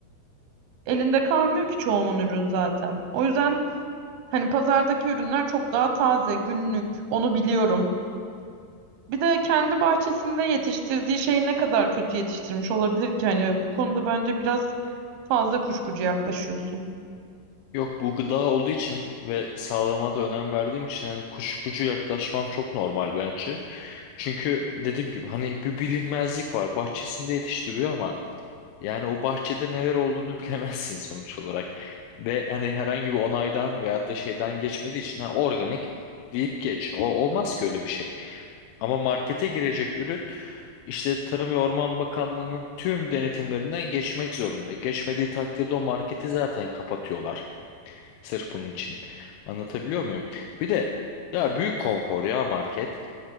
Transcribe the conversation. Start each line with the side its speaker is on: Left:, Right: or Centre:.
Right: Elinde kalmıyor ki çoğunun ürün zaten. O yüzden hani pazardaki ürünler çok daha taze, günlük. Onu biliyorum. Bir de kendi bahçesinde yetiştirdiği şeyi ne kadar kötü yetiştirmiş olabilir ki? Hani bu konuda bence biraz fazla kuşkucu yaklaşıyorsun.
Left: Yok bu gıda olduğu için ve sağlığıma da önem verdiğim için hani kuşkucu yaklaşmam çok normal bence. Çünkü dediğim gibi hani bir bilinmezlik var. Bahçesinde yetiştiriyor ama Yani o bahçede neler olduğunu <laughs> bilemezsin sonuç olarak. Ve hani herhangi bir onaydan veyahut da şeyden geçmediği için ha, organik deyip geç. O olmaz ki öyle bir şey. Ama markete girecek ürün işte Tarım ve Orman Bakanlığı'nın tüm denetimlerinden geçmek zorunda. Geçmediği takdirde o marketi zaten kapatıyorlar. Sırf bunun için. Anlatabiliyor muyum? Bir de ya büyük konfor ya market.